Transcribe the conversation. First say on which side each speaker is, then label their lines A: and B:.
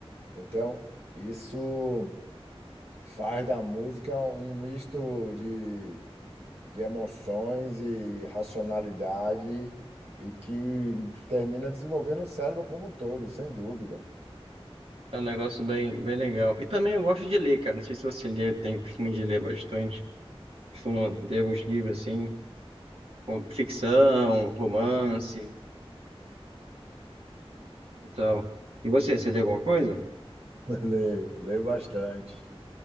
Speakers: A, on the right; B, on the right.
A: Então, isso faz da música um misto de, de emoções e racionalidade e que termina desenvolvendo o cérebro como um todo, sem dúvida.
B: É um negócio bem, bem legal. E também eu gosto de ler, cara. Não sei se você lê, eu tenho costume de ler bastante. Costumo ler alguns livros assim, como ficção, romance e tal. E você, você lê alguma coisa?
A: <laughs> Leio, leio bastante.